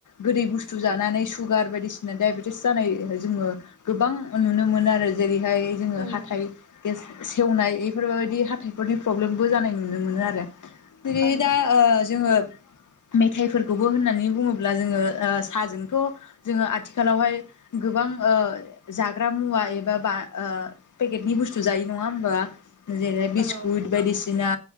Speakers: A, on the left (about 80°); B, on the right (about 65°).
A: गोदै बुस्थु जानानै सुगार बायदिसिना डाइबेटिस जानाय जोङो गोबां नुनो मोनो आरो जेरैहाय जोङो
B: नंगौ
A: हाथाइ गेस सेवनाय बेफोरबायदि हाथाइफोरनि प्रब्लेमबो जानाय नुनो मोनो आरो। जेरै
B: ओं
A: दा जोङो ओ मेथाइफोरखौबो होननानै बुङोब्ला ब्ला जोङो ओ साहाजोंथ' जोङो आथिखालावहाय गोबां ओ जाग्रा मुवा एबा पेकेटनि बुस्थु जायो नङा होमबा। जेरै बिस्कुट
B: ओं
A: बायदिसिना